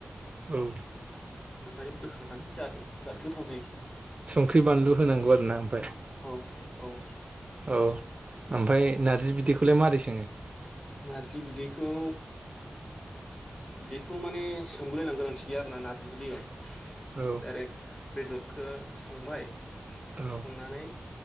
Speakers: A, on the right; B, on the left.
A: औ
B: ओमफ्राय बोखांनानै जादो बिराद गोथाव जायो।
A: संख्रि, बानलु होनांगौ आरो ना ओमफ्राय
B: औ औ
A: औ ओमफाय नारजि बिदैखोलाय मारै सोङो?
B: नारजि बिदैखौ बेखौ माने सोमग्लयनां गोनांथि गैया आरोना नारजिखो दैयाव
A: औ
B: डाइरेक्ट बेदरखो संबाय
A: औ
B: संनानै